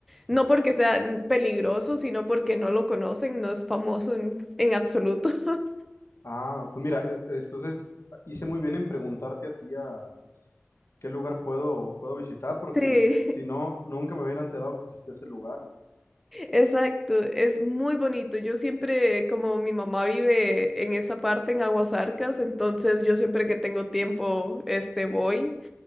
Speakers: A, in the centre; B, on the left.
A: No porque sea peligroso, sino porque no lo conocen, no es famoso en, en absoluto. <laughs>
B: Ah, pues mira, e- entonces hice muy bien en preguntarte a ti a qué lugar puedo, puedo visitar, porque
A: Sí.
B: si no, nunca me hubiera enterado que existía ese lugar.
A: Exacto, es muy bonito. Yo siempre, como mi mamá vive en esa parte, en Aguasarcas, entonces yo siempre que tengo tiempo, este, voy.